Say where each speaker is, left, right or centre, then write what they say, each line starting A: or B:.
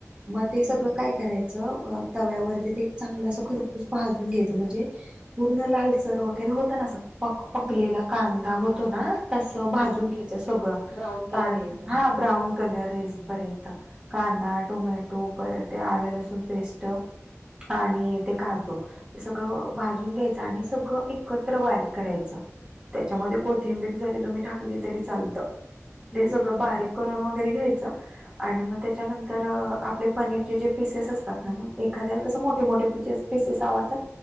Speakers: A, on the right; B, on the left.
A: मग ते
B: हम्म
A: सगळं
B: हम्म.
A: काय कराय च तव्यावरती ते चांगलं अस खरपूस भाजून घ्यायचं म्हणजे पूर्ण लालसर वगैरे होत ना अस? पक पकलेला
B: हम्म हम्म
A: कांदा
B: हम्म
A: होतो
B: हम्म.
A: ना तस भाजून
B: हं, हं.
A: घ्यायचं सगळं
B: ब्राऊन कलर
A: कांदा
B: येईपर्यंत.
A: हा ब्राऊन कलर
B: हं.
A: हेस पर्यंत कांदा टोमॅटो परत ते आलं लसूण पेस्ट आणि ते काजू ते सगळं भाजून घ्यायचं आणि सगळं एकत्र बारीक करायचं. त्याच्यामध्ये
B: हं,
A: कोथिंबीर
B: हं.
A: जरी तुम्ही टाकली तरी चालतं.
B: हम्म
A: ते सगळं
B: हम्म
A: बारीक
B: हम्.
A: करून वगैरे घ्यायच. आणि मग त्याच्यानंतर आपले पनीरचे जे पिसेस असतात ना मग एखाद्याला कसं मोठ मोठ पिचेस पिसेस आवडतात